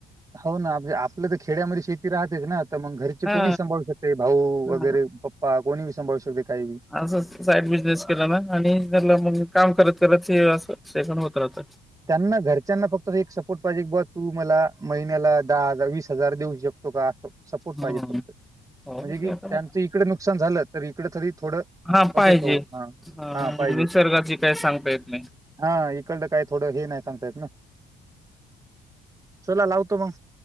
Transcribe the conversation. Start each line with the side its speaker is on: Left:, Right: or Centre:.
Right: हो ना! आपलं तर खेड्यामध्ये शेती राहतेच ना, तर मग घरचे
Centre: हा
Right: कोणी सांभाळू शकते भाऊ
Centre: हा
Right: वगैरे्. प कोणीबि सांभाळू शकते, काही बी.
Centre: असं साईड बिजनेस केला ना, आणि त्याला मग काम करत-करत हे असं शिकण होत राहत.
Right: त्यांना घरच्यांना फक्त एक सपोर्ट पाहिजे की, बा तू मला महिन्याला दहा हजार वीस हजार देऊ शकतो? तो का सपोर्ट पाहिजे
Centre: हम्म
Right: फक्त
Centre: हो
Right: म्हणजे की,
Centre: ते पण
Right: त्यांचं
Centre: आहे.
Right: इकडं नुकसान झालं तर इकड तरी थोडं
Centre: हा
Right: होतेत.
Centre: पाहिजे
Right: हा-हा
Centre: हा
Right: पाहिजे,
Centre: निसर्गाची काही सांगता येत नाही
Right: हा इकड तर काय थोडं हे नाही सांगता येत ना? चला, लावतो मग.